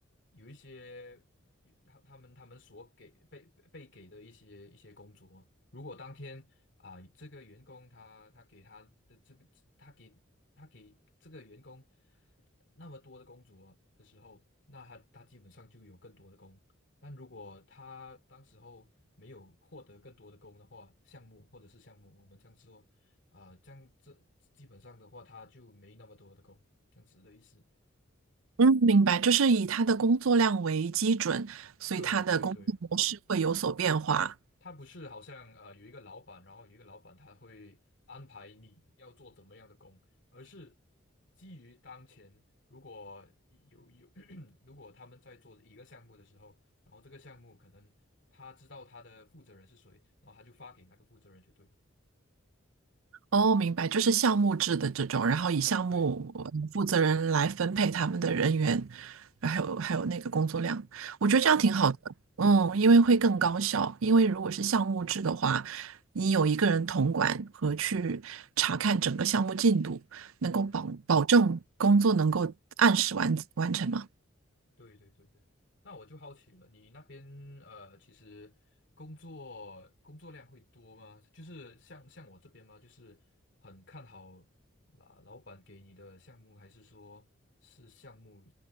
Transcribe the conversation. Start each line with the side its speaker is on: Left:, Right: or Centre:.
Left: 有一些有他他们他们所给被被给的一些一些工作，如果当天啊、这个员工他他给他的这个他给他给这个员工那么多的工作的时候，那他他基本上就有更多的工。但如果他当时候没有获得更多的工的话，项目或者是项目，我们这样说，啊，这样这基本上的话，他就没那么多的工，这样子的意思。
Right: 嗯，明白，就是以他的工作量为基准，所以他的工作模式会有所变化。
Left: 对对对，他不是好像呃有一个老板，然后有一个老板他会安排你要做怎么样的工，而是基于当前，如果有有 <clears throat> 如果他们在做一个项目的时候，然后这个项目可能他知道他的负责人是谁，然后他就发给那个负责人就对了。
Right: 哦，明白，就是项目制的这种，然后以项目呃负责人来分配他们的人员，
Left: 对
Right: 还有还有那个工作量，我觉得这样挺好的。
Left: 对对对，
Right: 嗯，因为会更高效，因为如果是项目制的话，你有一个人统管和去查看整个项目进度，能够保保证工作能够按时完完成嘛。
Left: 嗯。对对对对，那我就好奇了，你那边呃，其实工作工作量会多吗？就是像像我这边吗？就是很看好啊，老板给你的项目，还是说是项目